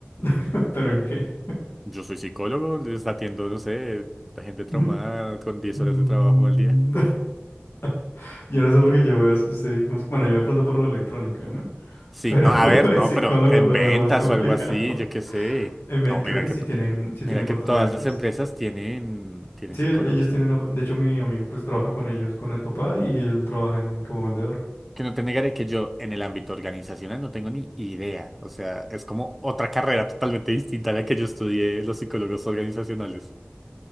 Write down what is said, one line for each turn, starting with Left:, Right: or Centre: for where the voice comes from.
Left: <laughs> ¿Pero en qué?
Centre: Yo soy psicólogo, les atiendo, no sé, la gente
Left: <laughs>
Centre: traumada con 10
Left: Mm,
Centre: horas de trabajo al día.
Left: <laughs> Yo no sé por qué yo veo, sí, como, bueno, yo de pronto por lo electrónica, ¿no?
Centre: Sí,
Left: Pero
Centre: no,
Left: <laughs>
Centre: a ver,
Left: el
Centre: no,
Left: psicólogo
Centre: pero en
Left: lo
Centre: ventas
Left: veo más complicado.
Centre: o algo así, yo qué sé.
Left: En ven-
Centre: No, mira
Left: creo que
Centre: que,
Left: sí
Centre: to-
Left: tienen, sí
Centre: mira
Left: tienen
Centre: que
Left: partes
Centre: todas
Left: de ventas.
Centre: las empresas tienen, tienen
Left: Sí,
Centre: psicólogos,
Left: el- ellos tienen,
Centre: ¿eh?
Left: una- de hecho mi amigo pues trabaja con ellos, con el papá y él trabaja en- como vendedor.
Centre: Que no te negaré que yo en el ámbito organizacional no tengo ni idea. O sea, es como otra carrera totalmente distinta a la que yo estudié los psicólogos organizacionales.